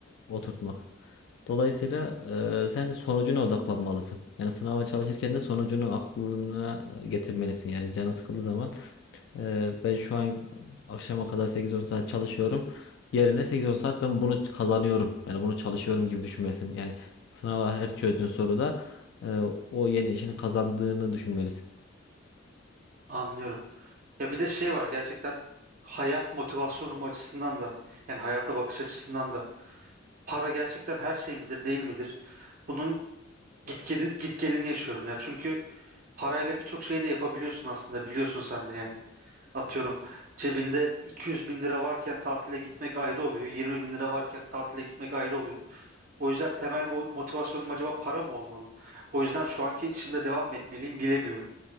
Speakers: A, on the left (about 60°); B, on the right (about 40°).
A: oturtmak. Dolayısıyla e, sen sonucuna odaklanmalısın. Yani sınava çalışırken de sonucunu aklına e, getirmelisin. Yani canın sıkıldığı zaman e, ben şu an akşama kadar sekiz on saat çalışıyorum. Yerine sekiz on saat ben bunu kazanıyorum. Yani bunu çalışıyorum gibi düşünmelisin. Yani sınava her çözdüğün soruda e, o yeni işini kazandığını düşünmelisin.
B: Anlıyorum. Ya bir de şey var gerçekten hayat motivasyonum açısından da yani hayata bakış açısından da para gerçekten her şey midir değil midir? Bunun git, gidi- git gelini yaşıyorum ya. Çünkü parayla birçok şeyi de yapabiliyorsun aslında biliyorsun sen de yani. Atıyorum cebinde 200 bin lira varken tatile gitmek ayrı oluyor. 20 bin lira varken tatile gitmek ayrı oluyor. O yüzden temel vo- motivasyonum acaba para mı olmalı? O yüzden şu anki işimde devam mı etmeliyim bilemiyorum.